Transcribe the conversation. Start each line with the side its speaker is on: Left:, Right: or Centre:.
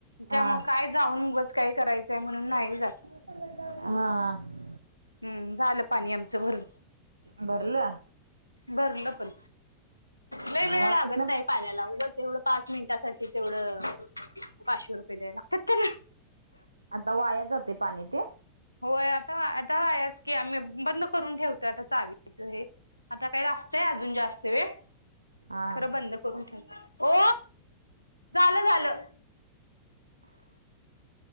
Left: त्यामुळे
Right: हा
Left: काय जाऊन उगाच काही करायचंय म्हणून नाही जात.
Right: हा. हा
Left: हम्म! झालं पाणी आमचं भरून.
Right: भरलं
Left: भरलं पण. लय वेळ
Right: मग
Left: लागत
Right: तिथन
Left: नाही. पाण्याला उगच तेवढ पाच मिनिटासाठी तेवढं पाचशे रुपये द्याय लागतात त्याला.
Right: आता वाया जातय पाणी ते?
Left: होय आता आता वायाच की आम्ही बंद करून ठेवतोय आता चावीच हे. आता काय <unintelligible> अजून जास्त वेळ.
Right: हां.
Left: खरं बंद करून ठेवतोय. ओ झालं झालं.
Right: <inaudible>